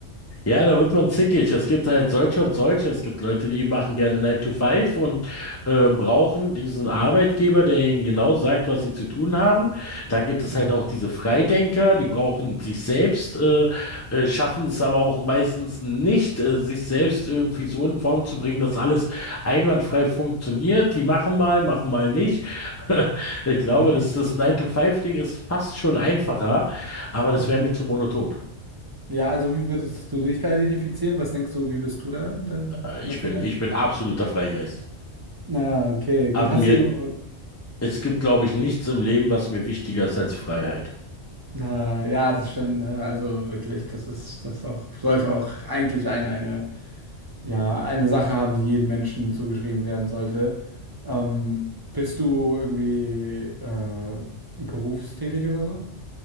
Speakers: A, on the left; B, on the right.
A: Ja, da wird man zickig. Es gibt halt solche und solche. Es gibt Leute, die machen gerne Nine to Five und äh, brauchen diesen Arbeitgeber, der ihnen genau sagt, was sie zu tun haben. Dann gibt es
B: Mhm.
A: halt auch diese Freidenker, die brauchen sich selbst, äh, äh, schaffen es aber auch meistens nicht, äh, sich selbst irgendwie so in Form zu bringen, dass alles einwandfrei funktioniert. Die machen mal, machen mal nicht. <laughs> Ich glaube,
B: <laughs>
A: dass das Nine to Five Ding ist fast schon einfacher, aber das
B: Mhm.
A: wäre mir zu monoton.
B: Ja, also wie würdest du dich da identifizieren? Was denkst du, wie bist du da in der,
A: Äh,
B: in
A: Ich
B: dem Vergleich?
A: bin, ich bin absoluter Freigeist.
B: Na, okay,
A: Aber
B: gut. Hast
A: mir,
B: du,
A: es gibt, glaube ich, nichts im Leben, was mir wichtiger ist als Freiheit.
B: na, ja, das stimmt, ne? Also wirklich, das ist, das auch, sollte auch eigentlich ein, eine, ja, eine Sache haben, die jedem Menschen zugeschrieben werden sollte. Ähm, bist du irgendwie äh, berufstätig oder so?